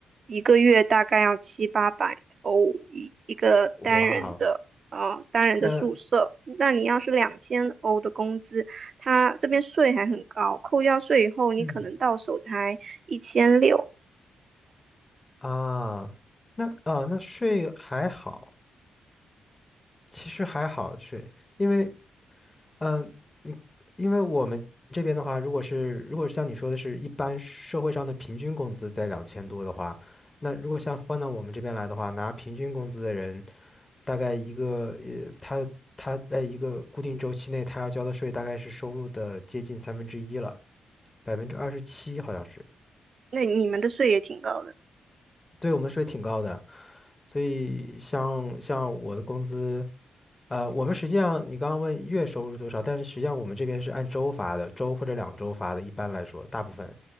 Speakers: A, on the right; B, on the left.
A: 一个月大概要七八百欧一一个单人的。
B: 哇哦，
A: 啊单人的宿舍，
B: 那
A: 那你要是两千欧的工资，它这边税还很高，扣掉税以后，你可能到手才一千六。
B: 嗯啊，那啊那税还好，其实还好税，因为嗯，你因为我们这边的话，如果是如果像你说的是一般社会上的平均工资在两千多的话，那如果像换到我们这边来的话，拿平均工资的人。大概一个呃，他他在一个固定周期内，他要交的税大概是收入的接近三分之一了，百分之二十七好像是。
A: 那你们的税也挺高的。
B: 对我们税挺高的，所以像像我的工资，呃，我们实际上你刚刚问月收入多少，但是实际上我们这边是按周发的，周或者两周发的，一般来说，大部分